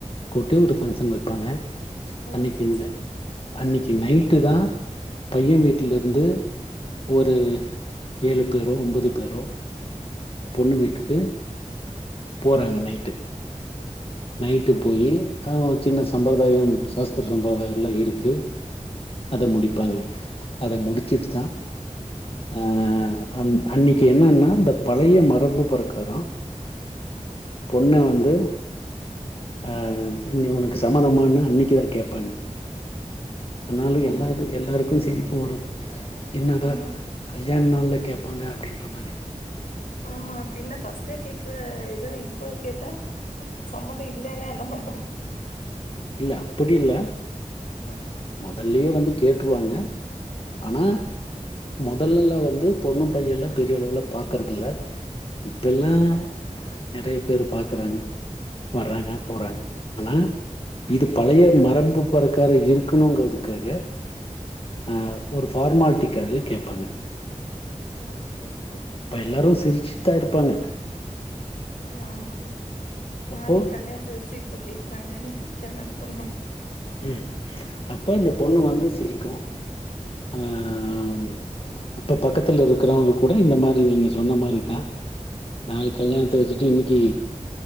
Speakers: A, on the left (about 45°); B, on the left (about 80°).
A: கூட்டு ஒரு ஃபங்க்ஷன் வெப்பாங்க
B: ஓ!
A: அன்னைக்
B: சரி,
A: இந்த
B: சரி.
A: அன்னைக்கு நைட்டு தா பைய வீட்லிர்ந்து ஒரு ஏழு பேரோ ஒம்பது பேரோ பொண்ணு வீட்டுக்கு போறாங்க நைட்டு நைட்டு
B: ஆ.
A: போயி அது ஓ சின்ன சம்பரதாயம் சாஸ்திர சம்பரதாயல்லா இருக்கு அத முடிப்பாங்க அத முடிச்சிட் தா ஆ அந் அன்னைக்கி என்னன்னா இந்த பழைய மரபு பிரக்காரோ பொண்ண வந்து ஆ நீ உனக்கு சம்மதமான்னு அன்னைக்கு தா கேப்பாங்க ஆனாலு
B: ஓ!
A: எல்லாத்திக்கு எல்லாருக்கு சிரிப்பு வரு என்னடா
B: ஆ.
A: கல்யாண் நாள்ல கேப்பாங்க அப்டின்ற மாரி
B: ஆமா பின்ன ஃபஸ்ட்டே கேக்கற இத இப்ப கேட்டா சம்மந்த இல்லேன்னா என்ன பண்ணுவாங்க
A: இல்ல அப்படி இல்ல
B: ம்
A: மொதல்லியே வந்து கேட்ருவாங்க
B: ஓ!
A: ஆனா
B: சரி, சரி.
A: மொதல்லல்லா வந்து பொண்ணு பையெல்லா பெரிய அளவுல பாக்கறதில்ல இப்பெல்லா
B: ம்.
A: நெறைய பேரு பாக்குறாங்க வர்றாங்க போறாங்க ஆனா இது பழைய மரபு பொறக்கார இருக் க்கணுங்கிறதுக்காக அ ஒரு ஃபார்மாலிட்டிக்காக கேப்பாங்க
B: ஓகே ஓகே
A: இப்ப எல்லாரு சிரிச்சுட்தா இருப்பாங்க
B: அ ஆமா நாளிக்
A: அப்போ
B: கல்யாண்த்த வெச்சு இப்ப கேக்குறாங்கன்னு சிரிக்காம என்ன பண்ணுவாங்க
A: ம் அப்ப அந்த பொண்ணு வந்து சிரிக்கு அ அ ம் அப்ப பக்கத்தில இருக்கிறவங்கூட இந்த மாரி நீங்க சொன்ன மாரிதா நாளிக் கல்யாணத்த வெச்சுட்டு இன்னிக்கு